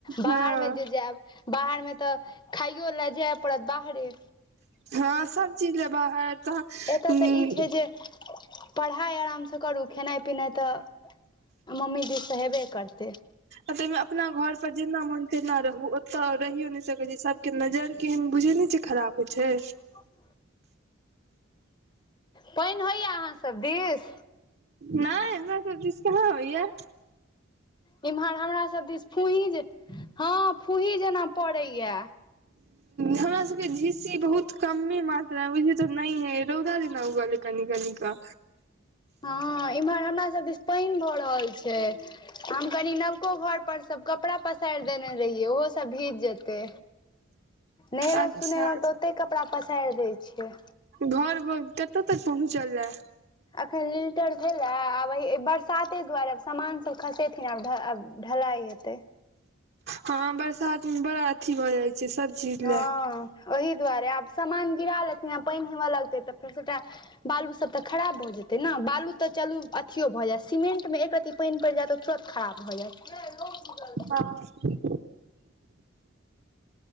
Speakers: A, on the left; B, on the right.
A: बाहरमे
B: हँ
A: जे जायब बाहरमे तऽ खाइयो लए जाय पड़त बाहरे
B: हँ सब चीज लेए बाहर तहन
A: एतय तऽ ई छै जे पढ़ाइ आरामसँ करू खेनाइ पिनाइ तऽ। मम्मी दीस सँ हेबे करतै।
B: आ ताईमे अपना घर पर जेना मोन तेना रहू ओतय रहियो नै सकै छी सब के नजर केहन बुझै नै छीयै खराब होय छै।
A: ह <unintelligible> पैएन होइया अहाँ सब दिस।
B: नै हमरा सब दीस कहाँ होइया।
A: इम्हर हमरा सब दिस फूही जे हँ फूही जेना पड़ैया।
B: हमरा सबके झीसी बहुत कमे मात्रा बुझियौ त नै हे रौदा जना उगल यै कनि कनि क।
A: हँ इम्हर हमरा सब दिस पानि भऽ रहल छै। हम कनि नवको घरपर सब कपड़ा पसारि देने रहियै ओहोसब भीज जेतै। नहेलौं
B: अच्छा
A: सुनेलौं तऽ ओतै कपड़ा पसारि दैय छियै।
B: घर ब कतय तक पहुँचलए।
A: अखन लिल्टर भेला आब यही बरसाते दुआरे समान सब खसे एखन आब आब ढलाइ हेतै।
B: हँ बरसात मे बड़ा अथी भऽ जाइ छै। सब चीज।
A: हँ
B: लए
A: ओहि दुआरे आब सामान गिरा लेथिन आ पानि हेबय लगतै तऽ फेर सबटा। बालू सब तऽ खराब भऽ जेतै न बालू तऽ चलू अथियो भऽ जायत सीमेंटमे एकरत्ती। पानि पड़ि जायत तऽ तुरत खराब भऽ जाएत।
B: हँ